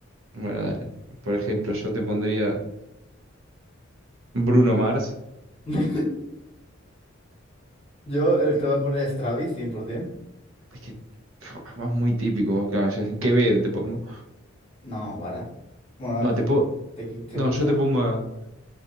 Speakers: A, on the right; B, on the left.
A: Bueno, dale. Por ejemplo, yo te pondría Bruno Mars.
B: <laughs> Yo el te voy a poner Stravis cien por 100%.
A: Es que. pf, Vas muy típico, vos, claro. yo- Quevedo te pongo.
B: No, para. Bueno, a
A: No,
B: ver
A: te
B: si
A: puedo.
B: que te, que te
A: No,
B: gusta.
A: yo te pongo a